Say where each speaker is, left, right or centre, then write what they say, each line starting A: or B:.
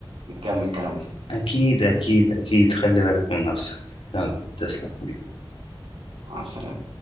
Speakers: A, on the right; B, on the left.
A: نكمل كلامنا
B: اكيد اكيد اكيد خلي بالك من نفسك يلا تسلم حبيبي.
A: مع السلامة